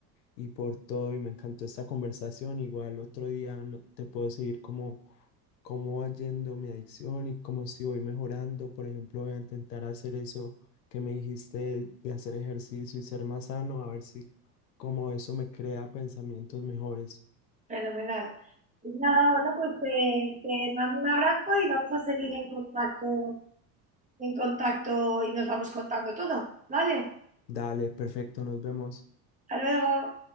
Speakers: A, on the left (about 85°); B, on the right (about 15°).
A: y por todo. Y me encantó esta conversación. Igual otro día no- te puedo seguir como cómo va yendo mi adicción y cómo si voy mejorando. Por ejemplo, voy a intentar hacer eso que me dijiste de hacer ejercicio y ser más sano, a ver si como eso me crea pensamientos mejores.
B: fenomenal. Pues Nada, bueno, pues te, te mando un abrazo y vamos a seguir en contacto en contacto y nos vamos contando todo, ¿vale?
A: Dale, perfecto, nos vemos.
B: Hasta luego.